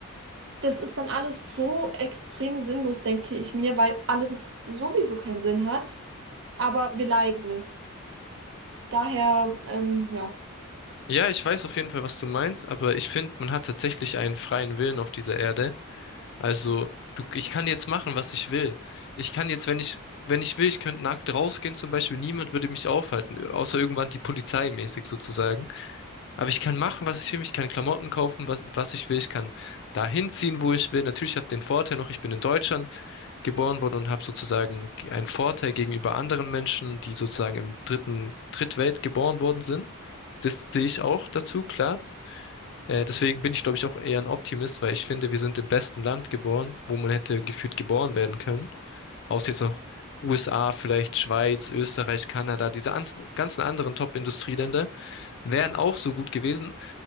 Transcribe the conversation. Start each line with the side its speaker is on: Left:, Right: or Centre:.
Right: das ist dann alles so extrem sinnlos, denke ich mir, weil alles sowieso keinen Sinn hat, aber wir leiden. Daher, ähm, ja.
Left: Ja, ich weiß auf jeden Fall, was du meinst, aber ich finde, man hat tatsächlich einen freien Willen auf dieser Erde. Also, du, ich kann jetzt machen, was ich will. Ich kann jetzt, wenn ich, wenn ich will, ich könnte nackt rausgehen zum Beispiel. Niemand würde mich aufhalten, außer irgendwann die Polizei mäßig sozusagen. Aber ich kann machen, was ich will. Ich kann Klamotten kaufen, was, was ich will. Ich kann dahin ziehen, wo ich will. Natürlich habe ich den Vorteil noch, ich bin in Deutschland geboren worden und habe sozusagen einen Vorteil gegenüber anderen Menschen, die sozusagen im dritten, Drittwelt geboren worden sind. Das sehe ich auch dazu, klar. Äh, deswegen bin ich, glaube ich, auch eher ein Optimist, weil ich finde, wir sind im besten Land geboren, wo man hätte gefühlt geboren werden können. Außer jetzt noch USA, vielleicht Schweiz, Österreich, Kanada, diese ans- ganzen anderen Top-Industrieländer wären auch so gut gewesen.